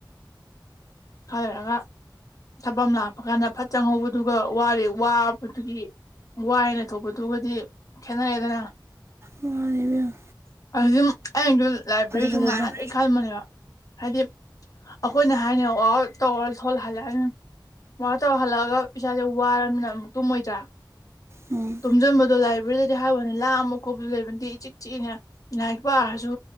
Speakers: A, on the left; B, on the right.
A: ꯈꯔ ꯂꯩꯔꯒ ꯊꯕꯥꯛ ꯑꯃꯥ ꯂꯥꯛꯄ ꯀꯥꯟꯗ ꯐꯠ ꯆꯍꯧꯕꯗꯨꯒ ꯋꯥꯔꯦ ꯋꯥꯕꯗꯨꯒꯤ꯫ ꯋꯥꯏꯌꯦꯅ ꯂꯩꯊꯣꯛꯄꯗꯨꯒꯗꯤ ꯈꯦꯠꯅꯔꯦꯗꯅ꯫
B: ꯃꯥꯅꯤ ꯏꯕꯦꯝ꯫
A: ꯑꯁꯤꯗꯨ ꯑꯩꯩꯅꯁꯨ ꯂꯥꯏꯕ꯭ꯔꯤ
B: ꯐꯖꯕ
A: ꯁꯨꯝ ꯉꯥꯏꯍꯥꯟꯗꯩꯩ ꯈꯟꯕꯅꯦꯕ꯫ ꯍꯥꯏꯗꯤ ꯑꯩꯈꯣꯏꯅ ꯍꯥꯏꯅ ꯋꯥꯛꯑꯥꯎꯠ ꯇꯧꯔ ꯊꯣꯛꯂꯥꯛ ꯍꯟꯂꯥꯛꯑꯅꯤ꯫ ꯋꯥꯛꯑꯥꯎꯠ ꯇꯧꯔ ꯍꯜꯂꯛꯑꯒ ꯏꯁꯥꯁꯦ ꯋꯥꯔꯝꯅꯤꯅ ꯑꯃꯨꯛ ꯇꯨꯝꯃꯣꯏꯗ꯭ꯔꯥ
B: ꯎꯝ
A: ꯇꯨꯝꯁꯤꯟꯕꯗꯣ ꯂꯥꯏꯕ꯭ꯔꯦꯔꯤꯗ ꯍꯥꯏ ꯋꯦꯅꯤ ꯂꯥꯡꯕ ꯀꯧꯕꯀ ꯂꯩꯕꯁꯨ ꯅꯠꯇꯦ ꯏꯆꯤꯛ ꯆꯤꯛꯏꯅꯦ꯫ ꯂꯥꯏꯔꯤꯛ ꯄꯥꯔꯁꯨ